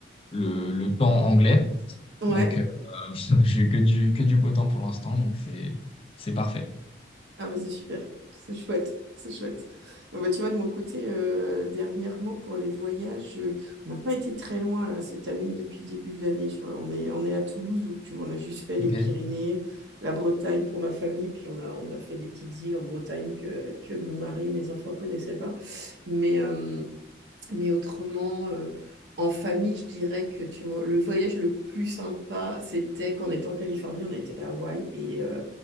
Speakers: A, on the left (about 30°); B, on the right (about 75°).
A: le, le temps anglais.
B: Ouais.
A: Donc, <laughs> J'ai eu que du, que du beau temps pour l'instant, donc c'est, c'est parfait.
B: Ah bah c'est super, c'est chouette, c'est chouette. Bon bah tu vois, de mon côté, euh, dernièrement pour les voyages, euh, on n'a pas été très loin là cette année, depuis le début de l'année. Tu vois, on est, on est à Toulouse, donc tu vois, on a juste fait les
A: Ok.
B: Pyrénées, la Bretagne pour ma famille, puis on a, on a fait des petites îles en Bretagne que, que mon mari, mes enfants connaissaient pas. Mais, euh, mais autrement, euh, en famille, je dirais que tu vois, le voyage le plus sympa, c'était qu'en étant en Californie, on a été à Hawaï et euh,